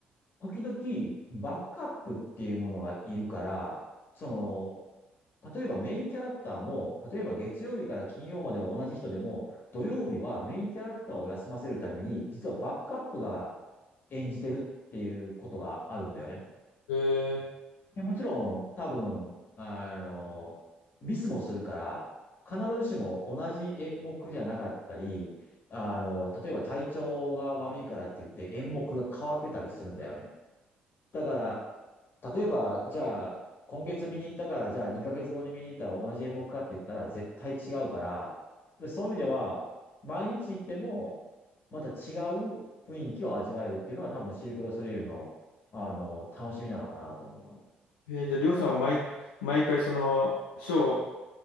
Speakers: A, on the left; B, on the left.
A: 時々バックアップっていうものがいるから、その、例えばメインキャラクターも、例えば月曜日から金曜までは同じ人でも、土曜日はメインキャラクターを休ませるために、実はバックアップが演じてるっていうことがあるんだよね。
B: へえ。
A: で、もちろん、多分、あの、ミスもするから、必ずしも同じ演目じゃなかったり、あの、例えば体調が悪いからって言って演目が変わってたりするんだよね。だから、例えば、じゃあ、今月見に行ったから、じゃあ2ヶ月後に見に行ったら同じ演目かって言ったら絶対違うから、で、そういう意味では、毎日行っても、また違う雰囲気を味わえるっていうのは多分シルクロソレイユの、あの、楽しみなのかなと思うかな。
B: えーじゃあ、りょうさんは毎、毎回そのショーを